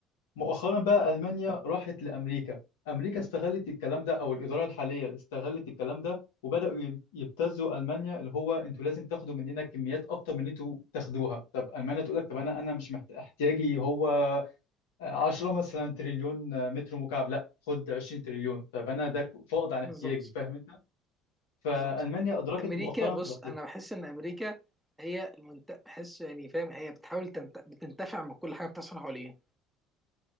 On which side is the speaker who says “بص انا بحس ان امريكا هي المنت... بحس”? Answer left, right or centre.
Centre